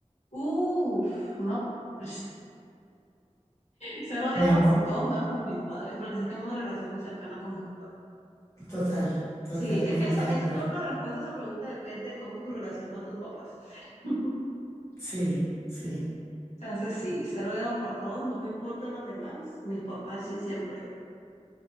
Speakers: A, on the left; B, on the left.
A: uff, no, <laughs> ser odiado
B: Ven,
A: por todos menos por mis padres, porque sí tengo una relación muy cercana con mis papás.
B: Total, totalmente
A: Sí, es que eso,
B: de
A: eso
B: acuerdo.
A: creo que la respuesta a esa pregunta depende de cómo es tu relación con tus papás. <laughs>
B: Sí, sí,
A: Entonces sí, ser odiado por todos, no me importan los demás, mis papás sí siempre.